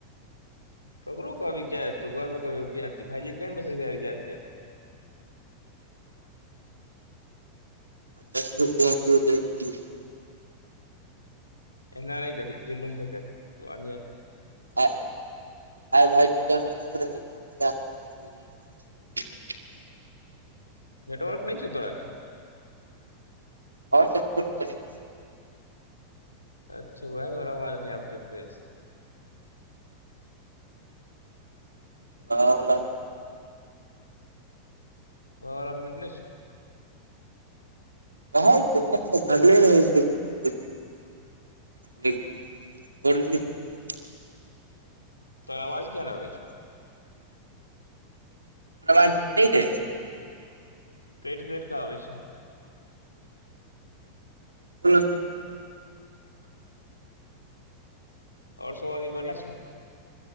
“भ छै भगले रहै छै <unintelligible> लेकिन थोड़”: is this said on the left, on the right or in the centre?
Right